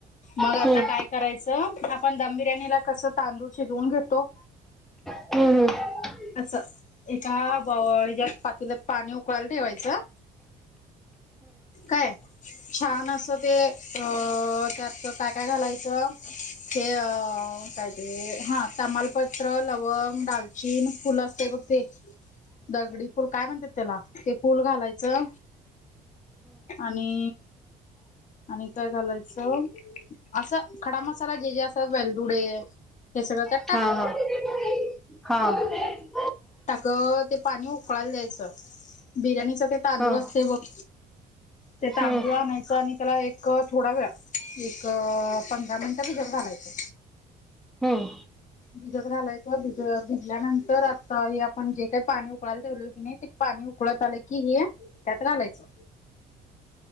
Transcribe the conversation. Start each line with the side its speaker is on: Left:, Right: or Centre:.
Left: मंग
Centre: हा
Left: आता काय करायचं, आपण दम बिर्याणीला कसं तांदूळ शिजवून घेतो.
Centre: हम्म.
Left: असं एका बा हेच्यात पातील्यात पाणी उकळायला ठेवायचं. काय छान अस ते अ त्यात काय काय घालायचं. ते अ काय ते हा तमालपत्र लवंग डालचीन फुल असते बघ. ते दगडी फुल काय म्हणतात त्याला ते फुल घालायचं. आणि. आणि काय घालायचं. असं खडा मसाला जे जे असं वेलदुडे. हे सगळं टाक.
Centre: हा हा हा.
Left: आगं ते पाणी उकळायला द्यायचं. बिर्याणीच ते तांदूळ
Centre: हा हा
Left: असते बघ. ते तांदूळ
Centre: हम्म
Left: आणायच आणि त्याला एक. क थोडा वेळ एक पंधरा मिनिट भिजत घालायचं.
Centre: हम्म
Left: भिजत घालायचं भिज भिजल्यानंतर आता हे, आपण जे काही पाणी उकळायला ठेवलोय कणी. पाणी उकळत आलं की, हे त्यात घालायचं.